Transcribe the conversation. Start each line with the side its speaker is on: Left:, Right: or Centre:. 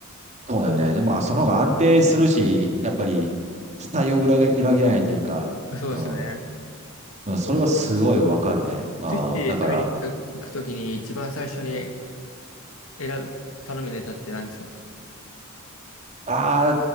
Right: そうだよね。でも、まあ、その方が安定するし、やっぱり期待を裏切裏切らないというか、
Left: そうですよね。
Right: うん、うんそれはすごいわかるね。うん、
Left: 寿司食べに行くときに一番最初に
Right: だから、
Left: 選ぶ、頼むネタって何ですか
Right: あ